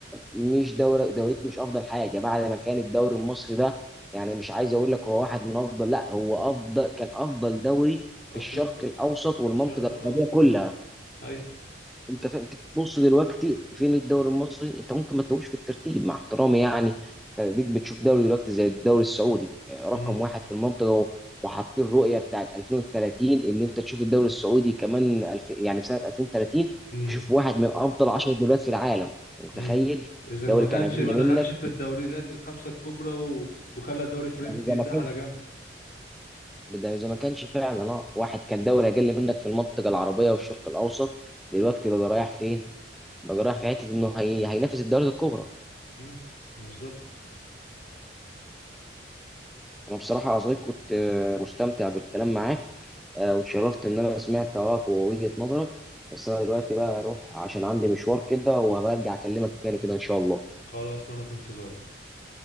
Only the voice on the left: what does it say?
في
افريقيا
في
الشرق الاوسط
كمان
ايوه
امم
امم
امم اذا
ما كانش
ما دخلش
في الدوريات الخمسه الكبرى و... وخلى الدوري الفرنسي
يتزاح
على جنب
امم بالظبط
خلاص وانا في انتظارك